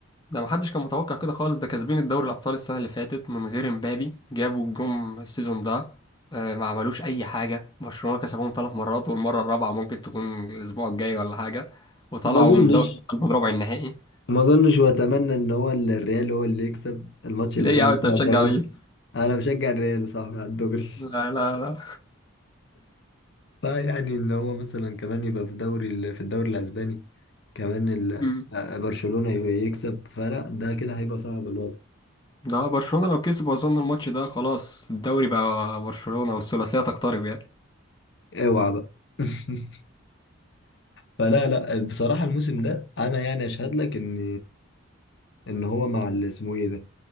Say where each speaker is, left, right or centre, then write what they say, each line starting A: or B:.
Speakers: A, on the left; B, on the left.
A: ده ما حدش كان متوقع كده خالص ده كاسبين الدوري الابطال السنه اللي فاتت من غير امبابي جابوا جم السيزون ده آه، ما عملوش اي حاجه برشلونه كسبهم ثلاث مرات والمره الرابعه ممكن تكون الاسبوع الجاي ولا حاجه وطلعوا
B: ما اظنش
A: من دوري الابطال من ربع النهائي
B: ما اظنش واتمنى ان هو ال- الريال هو اللي يكسب الماتش اللي
A: ليه
B: جاي
A: يا عم انت
B: بتاع
A: بتشجع
B: الدوري
A: مين
B: انا بشجع الريال يا صاحبي على الدوري
A: لا لا لا
B: فيعني ان هو مثلا كمان يبقى في دوري ال- في الدوري الاسباني كمان ال-
A: مم.
B: آه، برشلونة ي- يكسب فلا ده كده هيبقى صعب الوضع
A: ده برشلونه لو كسب اظن الماتش ده خلاص الدوري بقى برشلونه والثلاثيه تقترب يعني
B: اوعى بقى <laughs> فلا لا بصراحة الموسم ده انا يعني اشهد لك ان ان هو مع ال- اسمه ايه ده